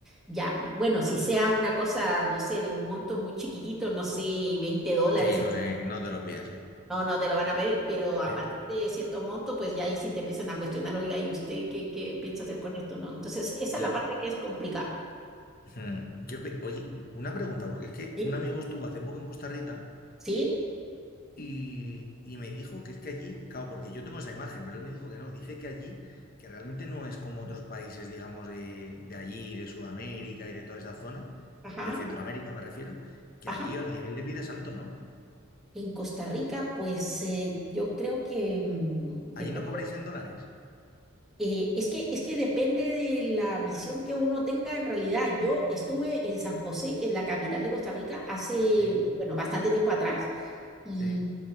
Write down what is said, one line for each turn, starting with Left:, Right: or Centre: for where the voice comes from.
Centre: Ya, bueno, si sea una cosa, no sé, de un monto muy chiquitito, no sé, veinte dólares
Left: Sí, no sé, no te lo pienses.
Centre: No, no te lo van a pedir, pero a
Left: Eh,
Centre: partir de cierto monto, pues ya ahí sí te empiezan a cuestionar, oiga, ¿y usted qué, qué piensa hacer con esto? ¿No? Entonces, esa
Left: Y,
Centre: es la parte que es complicada.
Left: Hmm. Yo, pe- oye, una pregunta, porque es que
Centre: Sí,
Left: un amigo estuvo hace poco en Costa Rica
Centre: sí,
Left: y, y me dijo que es que allí, claro, porque yo tengo esa imagen, pero él me dijo que no, dice que allí, que realmente no es como otros países, digamos, de, de allí, de Sudamérica y de toda esa zona,
Centre: ajá,
Left: o de Centroamérica me refiero, que
Centre: ajá.
Left: allí el nivel de vida es alto, ¿no?
Centre: En Costa Rica, pues eh, yo creo que mm,
Left: Allí
Centre: depende
Left: no cobráis en dólares.
Centre: Eh, es que, es que depende de la visión que uno tenga en realidad. Yo estuve en San José, que es la capital de Costa Rica, hace,
Left: Sí,
Centre: bueno, bastante tiempo atrás, y
Left: sí,